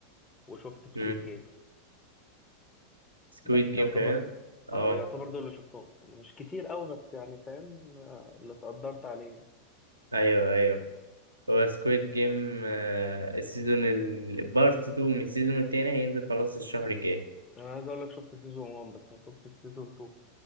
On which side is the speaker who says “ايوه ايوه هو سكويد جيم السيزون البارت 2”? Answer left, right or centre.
Right